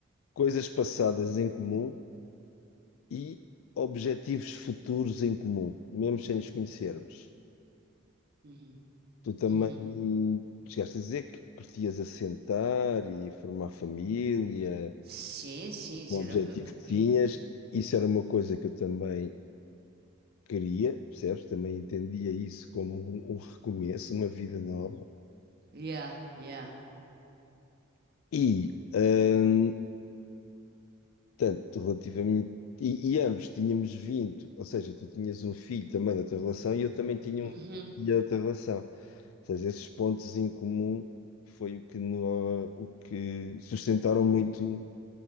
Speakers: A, on the left; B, on the right.
A: coisas passadas em comum e objetivos futuros em comum, mesmo sem nos conhecermos.
B: Uhum,
A: Tu também
B: uhum.
A: chegaste a dizer que curtias assentar e formar família
B: Sim, sim, será
A: o objetivo
B: que eu queria?
A: que tinhas, isso era uma coisa que eu também queria, percebes? Também entendia isso como um, um recomeço, uma vida nova.
B: Yeah, yeah.
A: E, hum, tanto relativamente. E, e ambos tínhamos vindo, ou seja, tu tinhas um filho também da tua relação e eu também tinha
B: Uhum.
A: um filho da tua relação. Ou seja, esses pontos em comum foi o que, no, o que sustentaram muito,